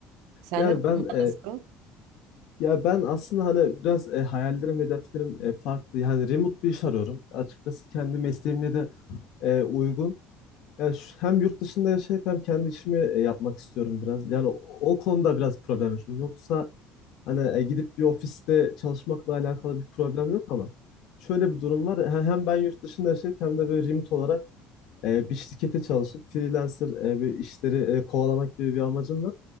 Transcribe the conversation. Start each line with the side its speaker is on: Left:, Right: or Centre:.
Right: Sende
Left: Yani
Right: de
Left: ben e,
Right: nasıl?
Left: ya ben aslında hani biraz e, hayallerim, hedeflerim e, farklı. Yani remote bir iş arıyorum. Açıkçası kendi mesleğimle de e, uygun. Yani şu- hem yurt dışında yaşayıp hem kendi işimi e, yapmak istiyorum biraz. Yani o, o konuda biraz problem yaşıyorum. Yoksa hani e, gidip bir ofiste çalışmakla alakalı bir problem yok ama şöyle bir durum var. He- Hem ben yurt dışında yaşayıp hem de böyle remote olarak e, bir şirkete çalışıp freelancer e, bir işleri e, kovalamak gibi bir amacım var.